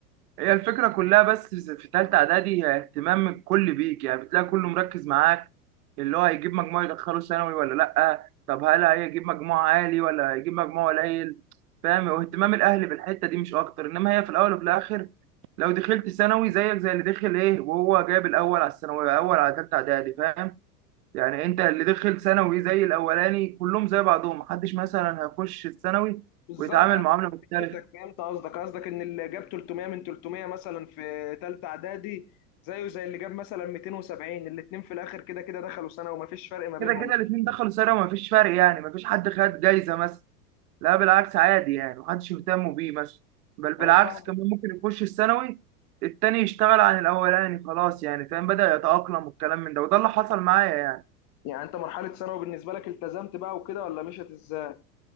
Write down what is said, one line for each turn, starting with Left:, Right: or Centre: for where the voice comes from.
Right: هي الفكرة كلها بس في تالتة إعدادي هي اهتمام الكل بيك يعني بتلاقي كله مركز معاك اللي هو هيجيب مجموع يدخله ثانوي ولا لأ طب هل هيجيب مجموع عالي ولا هيجيب مجموع قليل فاهم واهتمام الأهل بالحتة دي مش أكتر إنما هي في الأول وفي الآخر لو دخلت ثانوي زيك زي اللي دخل إيه وهو جايب الأول على الثانوي أول على تالتة إعدادي فاهم يعني أنت اللي دخل ثانوي زي الأولاني كلهم زي بعضهم محدش مثلا هيخش الثانوي
Left: بالظبط
Right: ويتعامل
Left: أنا
Right: معاملة مختلفة
Left: فهمتك فهمت قصدك قصدك إن اللي جاب 300 من 300 مثلا في تالتة إعدادي زيه زي اللي جاب مثلا 270 الاتنين في الآخر كده كده دخلوا سنة ومفيش فرق ما بينهم
Right: كده كده الاثنين دخلوا سنه وما فيش فرق يعني ما فيش حد خد جايزه مثلا لا بالعكس عادي يعني محدش يهتم بيه مثلا بل بالعكس
Left: أنا فاهم
Right: كمان ممكن يخش الثانوي التاني يشتغل عن الاولاني خلاص يعني فاهم بدأ يتأقلم والكلام من ده وده اللي حصل معايا يعني
Left: يعني أنت مرحلة ثانوي بالنسبة لك التزمت بقى وكده ولا مشيت إزاي؟